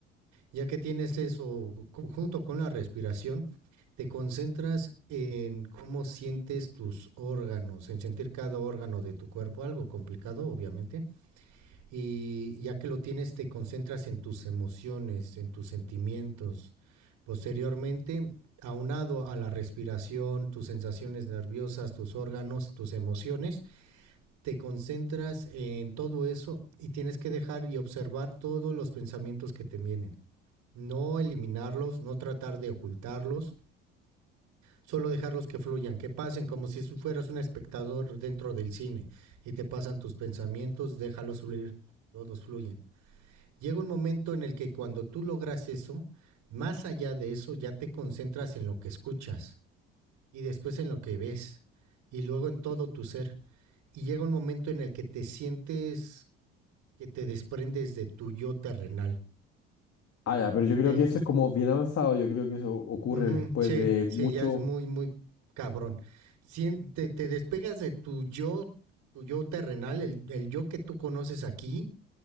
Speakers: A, on the right; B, on the left.
A: Ya que tienes eso co- junto con la respiración, te concentras en cómo sientes tus órganos, en sentir cada órgano de tu cuerpo, algo complicado, obviamente. Y ya que lo tienes, te concentras en tus emociones, en tus sentimientos. Posteriormente, aunado a la respiración, tus sensaciones nerviosas, tus órganos, tus emociones, te concentras en todo eso y tienes que dejar y observar todos los pensamientos que te vienen no eliminarlos, no tratar de ocultarlos, solo dejarlos que fluyan, que pasen, como si fueras un espectador dentro del cine y te pasan tus pensamientos, déjalos fluir, todos fluyen. Llega un momento en el que cuando tú logras eso, más allá de eso ya te concentras en lo que escuchas y después en lo que ves y luego en todo tu ser. Y llega un momento en el que te sientes que te desprendes de tu yo terrenal,
B: Ah, ya, pero yo creo
A: del,
B: que eso es como bien avanzado. Yo creo que eso ocurre
A: Ujú,
B: después
A: sí,
B: de
A: sí,
B: mucho.
A: ya es muy, muy cabrón. Sien- te, te despegas de tu yo, tu yo terrenal, el, el yo que tú conoces aquí,